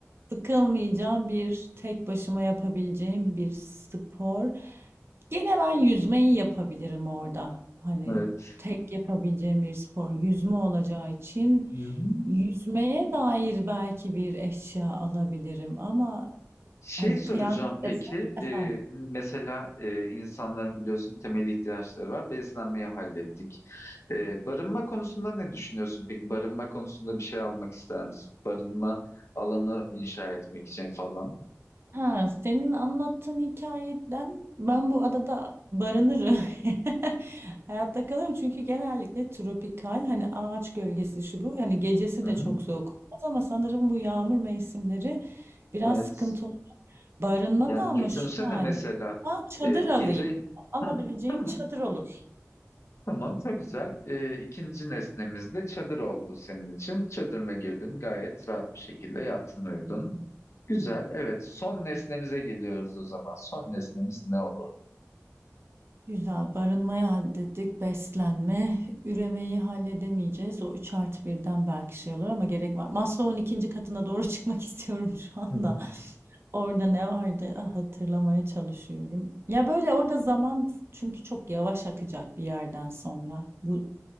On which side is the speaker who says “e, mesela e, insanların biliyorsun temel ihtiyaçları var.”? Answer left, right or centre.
Left